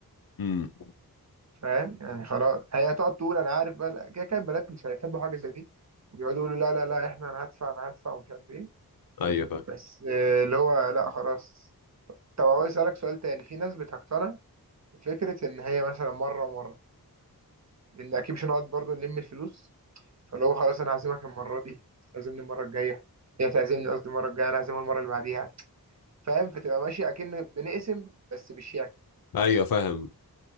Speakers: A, on the left (about 65°); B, on the right (about 45°).
A: امم
B: فاهم يعني خلاص هي هتقعد تقول انا عارف بقى لا، كده كده البنات مش هيحبوا حاجه زي دي ويقعدوا يقولوا لا لا لا احنا انا هدفع انا هدفع ومش عارف ايه
A: ايوه فاهم
B: بس آه، اللي هو لا خلاص طب عاوز اسالك سؤال تاني في ناس بتقتنع بفكره ان هي مثلا مره ومره لان اكيد مش هنقعد برضه نلم الفلوس فاللي هو خلاص انا هعزمك المره دي تعزمني المره الجايه هي تعزمني قصدي المره الجايه انا هعزمها المره اللي بعديها فاهم فتبقى ماشي اكن بنقسم بس بالشياكه
A: ايوه فاهم